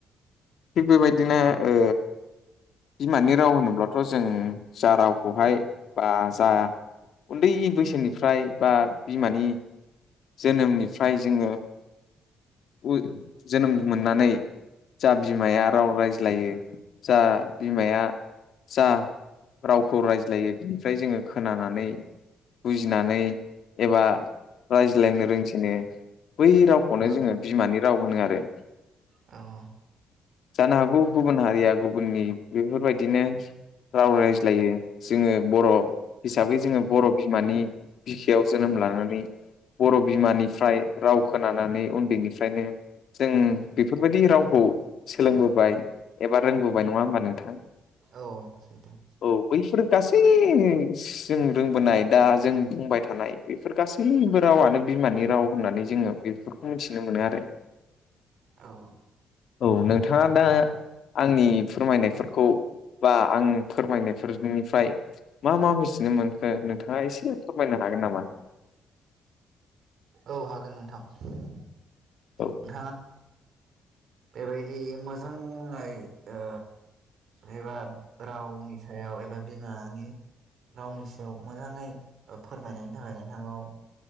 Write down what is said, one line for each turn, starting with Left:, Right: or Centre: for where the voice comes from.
Left: बेबायदिनो ओ बिमानि राव होनोब्लाथ' जों जा रावखौहाय बा जा उन्दै बैसोनिफ्राय बा बिमानि जोनोमनिफ्राय जोङो उ जोनोम मोननानै जा बिमाया राव रायज्लायो जा बिमाया जा रावखौ रायज्लायो बिनिफ्राय जोङो खोनानानै बुजिनानै एबा रायज्लायनो रोंजेनो बै रावखौनो
Right: औ
Left: जोङो बिमानि राव होनो आरो।
Right: औ
Left: जानो हागौ गुबुन हारिया गुबुननि बेफोरबायदिनो राव रायज्लायो जोङो बर' हिसाबै जोङो बर' बिमानि बिखायाव जोनोम लानानै बर' बिमानिफ्राय राव खोनानानै उन्दैनिफ्रायनो जों बेफोरबायदि रावखौ सोलोंबोबाय एबा रोंबोबाय नङा ओमबा नोंथां?
Right: औ सैथो
Left: औ बैफोर गासै जों रोंबोनाय दा जों बुंबाय थानाय बेफोर गासैबो रावानो बिमानि राव होननानै जोङो बेफोरखौ मिथिनो मोनो आरो।
Right: औ
Left: औ नोंथाङा दा आंनि फोरमायनायफोरखौ बा आं फोरमायनायफोरनिफ्राय मा मा मिथिनो मोनखो नोंथाङा एसे फोरमायनो हागोन नामा?
Right: औ हागोन नोंथां।
Left: औ
Right: नोंथाङा बेबायदि मोजाङै ओ एबा रावनि सायाव एबा बिमानि रावनि सायाव मोजाङै ओ फोरमायनायनि थाखाय नोंथांखौ ओ